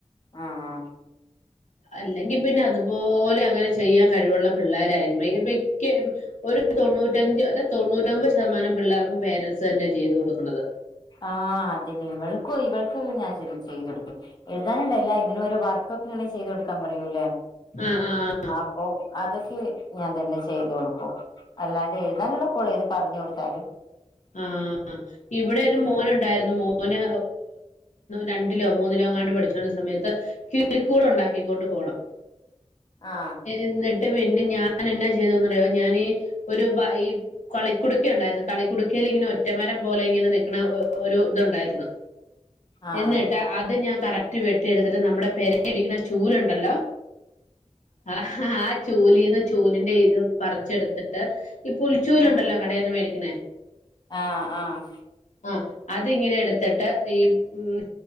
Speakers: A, on the left; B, on the left.
A: ആഹ്
B: അല്ലെങ്കി പിന്നെ അതുപോലെ അങ്ങനെ ചെയ്യാൻ കഴിവുള്ള പിള്ളോരായിരുന്നെങ്കിൽ മിക്ക ഒരു തൊണ്ണൂറ്റഞ്ച് അല്ല തൊണ്ണൂറ്റൊമ്പത് ശതമാനം പിള്ളേർക്കും പേരൻസ് തന്നെയാണ് ചെയ്തു കൊടുക്കണത്
A: ആഹ് അതിനിവൾക്കും ഇവൾക്കും ഞാൻ തന്നെ ചെയ്തു കൊടുക്കും എഴുതാനന്നല്ല ഇങ്ങനെ ഓരോ വർ ക്കൊക്കെങ്ങനെ ചെയ്തുടുക്കാൻ പറയൂല്ലേ
B: ആഹ് ആഹ്
A: ആപ്പൊ അതൊക്കെ ഞാൻ തന്നെ ചെയ്തു കൊടുക്കും അല്ലാണ്ട് എഴുതാനുള്ള കുള ഇത് പറഞ്ഞു കൊടുത്താല്
B: ആഹ് ഇവിടെരു
A: ഉം
B: മോനുണ്ടായിരുന്നു മോ ഓന് രണ്ടിലോ മൂന്നിലോ അങ്ങാണ്ട് പഠിച്ചോണ്ടിരുന്ന സമയത്ത് കിളിക്കൂട് ഉണ്ടാക്കിക്കൊണ്ട് പോണം
A: ആഹ്
B: എന്നിട്ട് പിന്നെ ഞാൻ എന്നാ ചെയ്തന്നറിയോ ഞാനീ ഒരു ഈ കളിക്കുടുക്ക ഉണ്ടായിരുന്നു കളിക്കുടു ക്കേല് ഇങ്ങനെ ഒറ്റമരം പോലെ ഇങ്ങനെ നിക്കുന്ന ഒരു ഇതുണ്ടായിരുന്നു
A: ആഹ്
B: എന്നിട്ട് അത് ഞാൻ കറക്റ്റ് വെട്ടിയെടുത്തിട്ട് നമ്മുടെ പെരടിക്കണ ചൂലുണ്ടല്ലോ ആഹ് ആഹ് ചൂലീന്ന് ചൂലിന്റെ ഇത് പറിച്ചെടുത്തിട്ട് ഈ പുൽച്ചൂലുണ്ടല്ലോ
A: ആഹ്
B: കടയിന്ന് മേടിക്കുന്നേ
A: ആഹ് ആഹ്
B: ആഹ് അതിങ്ങനെ എടുത്തിട്ട് ഈ ഉം